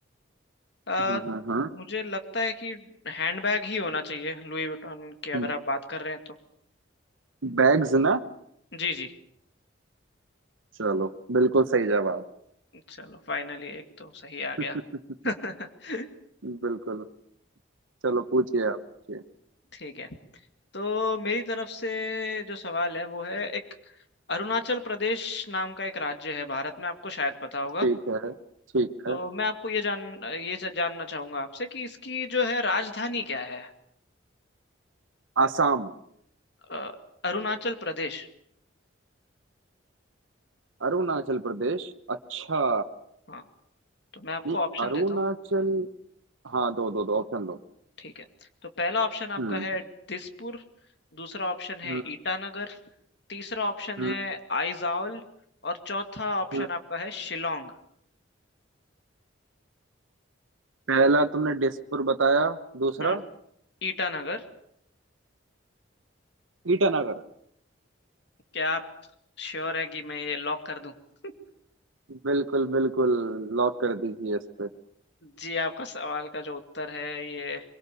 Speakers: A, on the left; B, on the right.
A: अ,
B: हम्म हम्म हम्म
A: मुझे लगता है कि हैंडबैग ही होना चाहिए लुई वुइटन की
B: हम्म,
A: अगर आप बात कर रहे हैं तो
B: बैग्स ना
A: जी जी
B: चलो बिल्कुल सही जवाब
A: चलो फाइनली एक तो सही आ
B: <laughs>
A: गया <laughs>
B: बिल्कुल चलो पूछिए आप पूछिए
A: ठीक है तो मेरी तरफ से जो सवाल है वो है एक अरुणाचल प्रदेश नाम का एक राज्य है भारत में आपको शायद पता होगा
B: ठीक है ठीक
A: तो
B: है
A: मैं आपको ये जान ये जानना चाहूंगा आपसे कि इसकी जो है राजधानी क्या है
B: आसाम
A: अ, अरुणाचल प्रदेश
B: अरुणाचल प्रदेश अच्छा
A: हाँ तो मैं आपको
B: नहीं
A: ऑप्शन
B: अरुणाचल
A: देता हूँ
B: हाँ दो दो दो ऑप्शन दो
A: ठीक है तो पहला ऑप्शन आपका
B: हम्म
A: है दिसपुर दूसरा ऑप्शन है
B: हम्म
A: ईटानगर तीसरा ऑप्शन
B: हम्म
A: है आइजॉल और चौथा ऑप्शन
B: हम्म।
A: आपका है शिलोंग
B: पहला तुमने डिस्पुर बताया दूसरा
A: हम्म ईटानगर
B: ईटानगर
A: क्या आप श्योर है कि मैं ये लॉक कर दूं <laughs>
B: बिल्कुल बिल्कुल लॉक कर दीजिए इस पे
A: जी आपका सवाल का जो उत्तर है ये